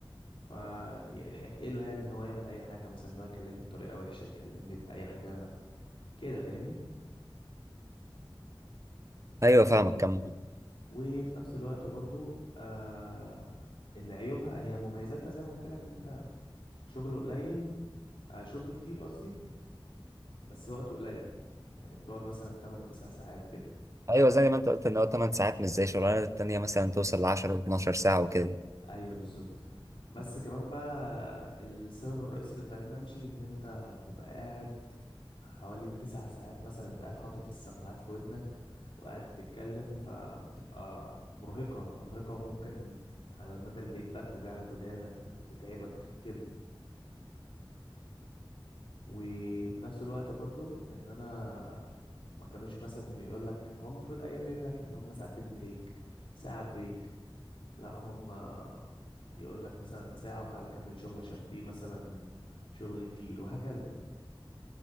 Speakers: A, on the left (about 75°); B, on the right (about 35°).
A: فيحق له يعني ان هو يعمل اي حاجة مثلا ان هو يكلمني بطريقة وحشة يكلمني بأي حاجة كده فاهمني
B: ايوه
A: و-
B: فاهمك كم
A: وفي نفس الوقت برضو آه اللي عيوبها هي مميزاتها زي ما قلت لك ان انت شغله قليل آه شغل كتير قصدي بس وقته قليل يعني بتقعد مثلا 8 9 ساعات كده
B: ايوه زي ما انت قلت ان هو 8 ساعات مش زي الشغلانه التانيه مثلا توصل ل 10 و12 ساعه وكده
A: ايوه بالظبط بس كمان بقى السبب الرئيسي اللي خلاني امشي ان انت بتبقى قاعد حوالي تسع ساعات مثلا انت قاعد حاطط السماعات في ودنك وقاعد بتتكلم فبتبقى مرهقة مرهقة وممكن على المدى البعيد بقى توجع لك ودانك تتعبك كده وفي نفس الوقت برضو ان انا ما كانوش مثلا يقول لك هو المفروض قايل لك ان هم ساعتين بريك ساعة بريك لا هم يقول لك مثلا ساعة وتعالى كمل شغل عشان في مثلا شغل كتير وهكذا